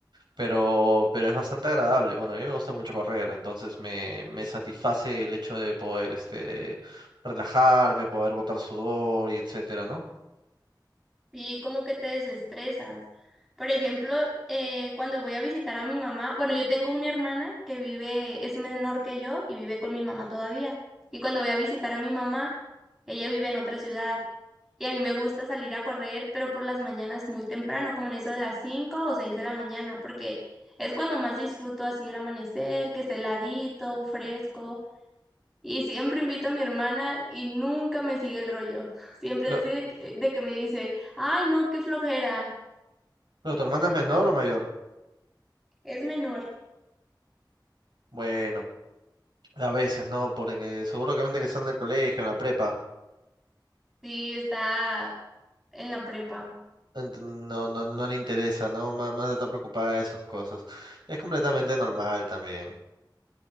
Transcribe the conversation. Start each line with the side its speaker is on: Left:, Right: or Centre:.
Right: pero, pero es bastante agradable. Bueno, a mí me gusta mucho correr, entonces me, me satisface el hecho de poder este, relajarme, poder botar sudor y etcétera, ¿no?
Centre: Y como que te desestresas. Por ejemplo, eh, cuando voy a visitar a mi mamá, bueno, yo tengo una hermana que vive, es menor que yo y vive con mi mamá todavía. Y cuando voy a visitar a mi mamá, ella vive en otra ciudad. Y a mí me gusta salir a correr, pero por las mañanas muy temprano, como en eso de las 5 o 6 de la mañana, porque es cuando más disfruto así el amanecer, que esté heladito, fresco. Y siempre invito a mi hermana y nunca me sigue el rollo. <laughs> Siempre
Right: Pero,
Centre: es así de que, de que me dice, ay, no, qué flojera,
Right: pero ¿tu hermana es menor o mayor?
Centre: es menor.
Right: Bueno, a veces, ¿no? Porque seguro que mente que está en el colegio, en la prepa.
Centre: Sí, está en la prepa.
Right: Ent- No, no, no le interesa, ¿no? Má- Más, está preocupada de esas cosas. Es completamente normal también.